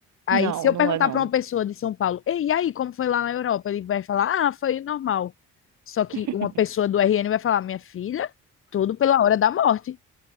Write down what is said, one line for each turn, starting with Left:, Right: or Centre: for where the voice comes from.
Left: Aí,
Right: Não,
Left: se eu
Right: não
Left: perguntar
Right: é não.
Left: para uma pessoa de São Paulo, Ei, e aí, como foi lá na Europa? Ele vai falar, ah, foi normal. Só que
Right: <laughs>
Left: uma pessoa do RN vai falar, minha filha, tudo pela hora da morte.